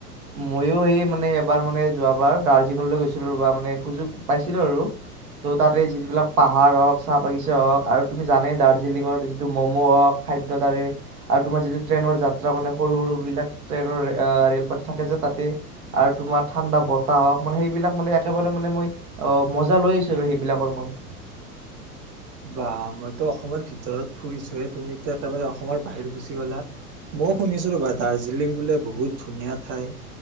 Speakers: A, on the right (about 60°); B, on the right (about 30°).
A: ময়ো সেই মানে বাৰ মানে যোৱাবাৰ দাৰ্জিলিলৈ গৈছিলো বা মানে সুযোগ পাইছিলো আৰু ত তাতে যিবিলাক পাহাৰ হওঁক চাহ বাগিছা হওক আৰু তুমি জানেই দাৰ্জিলিঙৰ যিটো ম'ম' হওঁক খাদ্য তাৰে আৰু তোমাৰ যিটো ট্ৰেইনৰ যাত্ৰা মানে সৰু সৰু বিলাক ট্ৰেইনৰ ৰেল পাত থাকে যে', তাতে আৰু তোমাৰ ঠাণ্ডা বতাহ হওঁক, মানে সেইবিলাক মানে একেবাৰে মানে মই', মজা লৈ আহিছো আৰু সেইবিলাকৰ মই।
B: বা', মইতো অসমৰ ভিতৰত ফুৰিছো হে, তুমিতো একেবাৰে অসমৰ বাহিৰ গুচি গ'লা। মই', শুনিছো ৰবা দাৰৰ্জিলিং বোলে বহুত ধুনীয়া ঠাই